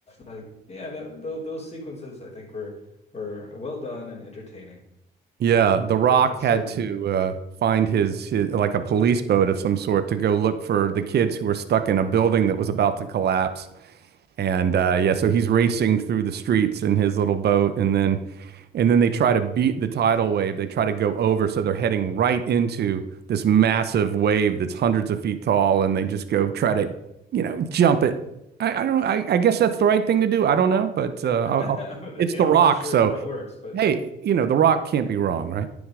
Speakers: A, on the left; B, on the right.
A: Like, yeah, that th those sequences I think were were well done and entertaining
B: Yeah, The
A: uh,
B: Rock
A: for that
B: had
A: sort of
B: to
A: movie.
B: uh, find his, his like a police boat of some sort to go look for the kids who were stuck in a building that was about to collapse. And uh, yeah, so he's racing through the streets in his little boat, and then and then they try to beat the tidal wave. They try to go over, so they're heading right into this massive wave that's hundreds of feet tall, and they just go try to, you know, jump it. I, I don't know. I, I guess that's the right thing to do. I don't know, but uh,
A: <laughs>
B: I'll, I'll, it's
A: Yeah,
B: The
A: I'm
B: Rock,
A: not sure
B: so
A: how that works, but
B: hey,
A: yeah,
B: you know, The Rock can't be wrong, right?